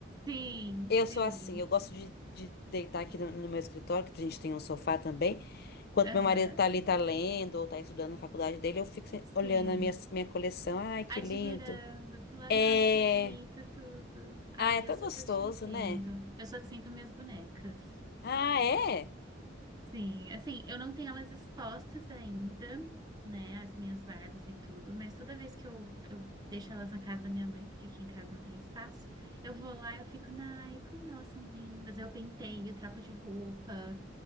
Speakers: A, on the right (about 20°); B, on the left (about 55°).
A: Sim,
B: Eu
A: sim.
B: sou assim, eu gosto de, de deitar aqui no, no meu escritório, que a gente tem um sofá também. Enquanto
A: Aham,
B: meu marido tá ali, tá lendo ou tá estudando na faculdade dele, eu fico
A: sim.
B: olhando a minha, minha coleção. Ai, que
A: admirando,
B: lindo.
A: falando,
B: É.
A: ai, que bonito tudo. Ai,
B: Ah, é tão
A: eu super
B: gostoso,
A: te entendo.
B: né?
A: Eu sou assim com minhas bonecas.
B: Ah, é?
A: Sim, assim, eu não tenho elas expostas ainda, né, as minhas Barbies e tudo, mas toda vez que eu, eu deixo elas na casa da minha mãe, porque aqui em casa não tem espaço, eu vou lá e eu fico, ai, como elas são lindas, eu penteio, troco de roupa,